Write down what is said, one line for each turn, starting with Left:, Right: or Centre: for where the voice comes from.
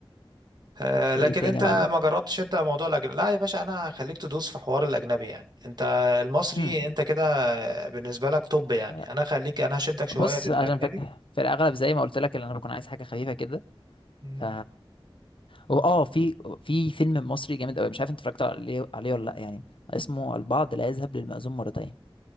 Right: آه لكن
Left: وايه تاني
Right: انت
Left: يا معلم
Right: ما جربتش انت موضوع الاجنبي لا يا باشا انا هخليك تدوس في حوار الاجنبي يعني انت المصري
Left: مم.
Right: انت كده بالنسبه لك توب يعني
Left: آه.
Right: انا خليك انا هشدك شويه
Left: بص
Right: للاجنبي
Left: عشان في, <laughs> ال- في الاغلب زي ما قلت لك اللي انا بكون عايز حاجه خفيفه كده
Right: مم.
Left: ف و- اه في في فيلم مصري جامد قوي مش عارف انت اتفرجت عليه عليه ولا لا يعني اسمه البعض لا يذهب للمأذون مرتين